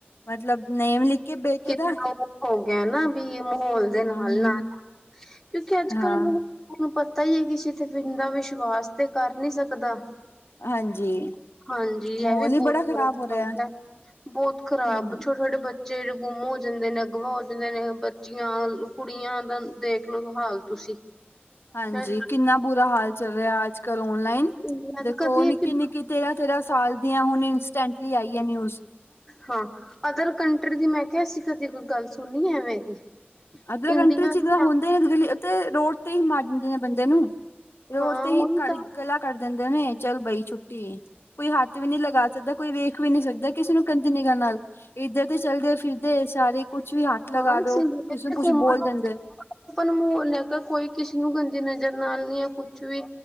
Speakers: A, on the left; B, in the centre.
A: ਮਤਲਬ ਨੇਮ ਲਿਖ ਕੇ
B: ਕਿਦਾਂ
A: ਦਾ
B: ਉਹ ਹੋ ਗਿਆ ਨਾ ਵੀ ਮਾਹੌਲ ਦੇ
A: ਹਮ
B: ਨਾਲ-ਨਾਲ ਕਿਉਂਕਿ ਅੱਜ-ਕੱਲ
A: ਹਾਂ
B: ਮ ਥੋਨੂੰ ਪਤਾ ਈ ਐ ਕਿਸੇ ਤੇ ਬੰਦਾ ਵਿਸ਼ਵਾਸ ਤੇ ਕਰ ਨੀ ਸਕਦਾ।
A: ਹਾਂਜੀ
B: ਹਾਂਜੀ ਇਹ
A: ਮਾਹੌਲ
B: ਵੀ
A: ਹੀ
B: ਬਹੁਤ
A: ਬੜਾ ਖ਼ਰਾਬ
B: ਤਰਦਾ
A: ਹੋ ਰਿਹਾ
B: <unintelligible> ਬੋਤ ਖਰਾਬ
A: ਹਮ
B: ਛੋਟੇ-ਛੋਟੇ ਬੱਚੇ। ਜਿਹੜੇ ਗੁੰਮ ਹੋ ਜਾਂਦੇ ਨੇ, ਅਗਵਾ ਹੋ ਜਾਂਦੇ ਨੇ, ਬੱਚੀਆਂ-ਕੁੜੀਆਂ ਦਾ ਦੇਖਲੋ ਹਾਲ ਤੁਸੀਂ।
A: ਹਾਂਜੀ!
B: ਹੈਂ
A: ਕਿੰਨਾ ਬੁਰਾ ਹਾਲ ਚੱਲ ਰਿਹਾ ਅੱਜ-ਕੱਲ ਔਨਲਾਈਨ।
B: ਇੰਡੀਆ
A: ਦੇਖੋ
B: ਚ ਕਦੀ
A: ਨਿਕੀ-ਨਿਕੀ
B: ਇਹ
A: ਤੇਰਹ-ਤੇਰਹ ਸਾਲ ਦੀਆਂ ਹੁਣ ਇੰਸਟੈਂਟਲੀ ਆਈ ਆ ਨਿਊਜ
B: ਹਾਂ ਅਦਰ ਕੰਟਰੀ ਦੀ ਮੈਂ ਕਿਆ ਅਸੀ ਕਦੇ ਕੋਈ ਗੱਲ ਸੁਣੀ ਇਵੇਂ ਦੀ।
A: ਅਦਰ
B: ਇੰਡੀਆ
A: ਕੰਟਰੀ 'ਚ ਜਦਾਂ
B: ਦੀ
A: ਹੁੰਦੇ ਰੋਡ ਤੇ ਹੀ ਮਾਰ ਦਿੰਦੇ ਨੇ ਬੰਦੇ ਨੂੰ। ਰੋਡ
B: ਹਾਂ
A: ਤੇ ਹੀ
B: ਉਹੀ
A: ਕਟ
B: ਤਾਂ
A: ਗਲਾ ਕਟ ਦਿੰਦੇ ਨੇ ਚਲ ਬਈ ਛੁੱਟੀ। ਕੋਈ ਹੱਥ ਵੀ ਨਹੀਂ ਲਗਾ ਸਕਦਾ। ਕੋਈ ਵੇਖ ਵੀ ਨੀ ਸਕਦਾ ਕਿਸੇ ਨੂੰ ਗੰਦੀ ਨਿਗ੍ਹਾ ਨਾਲ ਇਦਰ ਤੇ ਚਲਦੇ-ਫਿਰਦੇ ਸਾਰੇ ਕੁਛ ਵੀ ਹੱਥ ਲਗਾ
B: ਹਾਂ
A: ਦਉ, ਕਿਸੇ ਨੂੰ ਕੁਛ
B: ਘੁੰਮਣ
A: ਬੋਲ ਦਿੰਦੇ
B: ਓਪਨ ਮਾਹੌਲ ਲੈ ਕੇ ਕੋਈ ਕਿਸੇ ਨੂੰ ਗੰਦੀ ਨਜ਼ਰ ਨਾਲ ਨ ਜਾਂ ਕੁਛ ਵੀ